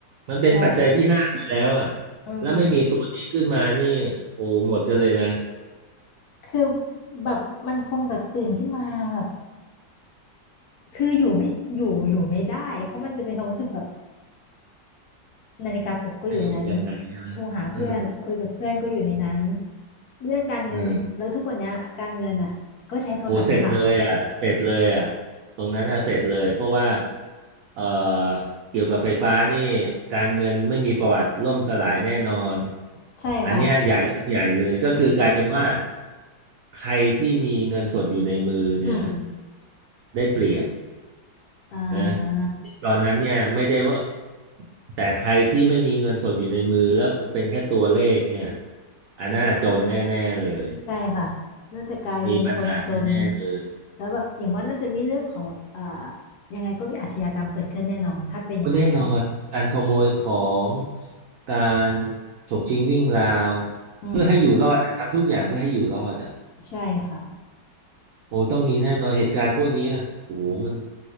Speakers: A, on the right (about 80°); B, on the left (about 70°).
A: มันเป็นปัจจัยที่ห้าไปแล้วอ่ะ
B: ใช่อืม
A: แล้วไม่มีตัวนี้ขึ้นมานี่โอ้หมดกันเลยนะ
B: คือแบบมันคงแบบตื่นขึ้นมาแบบคืออยู่ไม่อยู่อยู่ไม่ได้เพราะมันจะเป็นความรู้สึกแบบ นาฬิกาปลุกก็อยู่ในนั้น
A: จะอยู่ยังไงใช่ไหมเออ
B: โทรหาเพื่อนคุยกับเพื่อนก็อยู่ในนั้นเรื่องการเงินแล้วทุกวันเนี้ยการเงินอ่ะก็ใช้โทรศัพท์เป็นหลัก
A: เออ โอ้เสร็จเลยอ่ะเสร็จเลยอ่ะตรงนั้นอ่ะเสร็จเลยเพราะว่าเอ่อเกี่ยวกับไฟฟ้านี่การเงินไม่มีประวัติล่มสลายแน่นอน
B: ใช่ค่ะ
A: อันเนี้ยใหญ่เรื่องใหญ่เลยก็คือกลายเป็นว่าใครที่มีเงินสดอยู่ในมือเนี่ย
B: อืม
A: ได้เปรียบ
B: อ่า
A: นะตอนนั้นเนี่ยไม่ได้ว่าแต่ใครที่ไม่มีเงินสดอยู่ในมือแล้วเป็นแค่ตัวเลขเนี่ยอันน่าจนแน่ๆเลย
B: ใช่ค่ะน่าจะกลายเป็นคนจน
A: มีปัญหาแน่ๆเลย
B: แล้วแบบอย่างว่าน่าจะมีเรื่องของแบบเอ่อยังไงก็มีอาชญากรรมเกิดขึ้นแน่นอนถ้าเป็นอย่างนั้นนะ
A: แน่นอนการขโมยของการฉกชิงวิ่งราว
B: อืม
A: เพื่อให้อยู่รอดอะทำทุกอย่างเพื่อให้อยู่รอดอ่ะ
B: ใช่ค่ะ
A: โอ้ต้องมีแน่นอนเหตุการณ์พวกนี้อะโอ้โหมัน